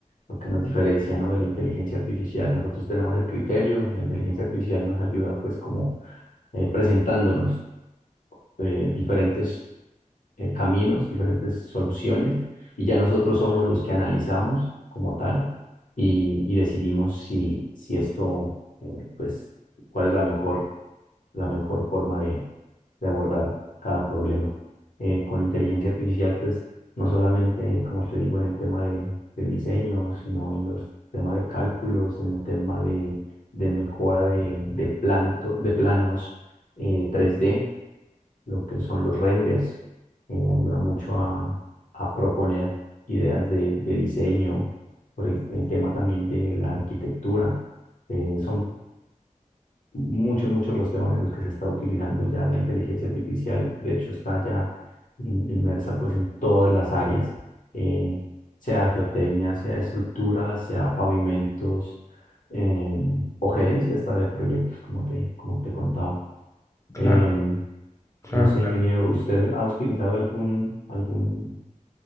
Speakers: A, on the left; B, on the left.
A: lo que nos diferencia, ¿no? de la inteligencia artificial. Nosotros tenemos el criterio, la inteligencia artificial nos ayuda pues como eh, presentándonos eh, diferentes eh, caminos, diferentes soluciones, y ya nosotros somos los que analizamos como tal y, y decidimos si, si esto, eh, pues, cuál es la mejor, la mejor forma de, de abordar cada problema. Eh, con inteligencia artificial, pues, no solamente, como te digo, en el tema de, de diseño, sino en los temas de cálculos, en el tema de, de mejora de, de, planto, de planos eh, 3D lo que son los renders. eh, ayuda mucho a, a proponer ideas de, de diseño, por el, el tema también de la arquitectura. eh, son muchos, muchos los temas en los que se está utilizando ya la inteligencia artificial. De hecho, está ya in- inmersa pues en todas las áreas, eh, sea geotecnia, sea estructuras, sea pavimentos, em, o gerencia hasta de proyectos, como te, como te contaba.
B: Claro,
A: Em,
B: claro,
A: no sé,
B: claro.
A: ingeniero, ¿usted ha utilizado algún, algún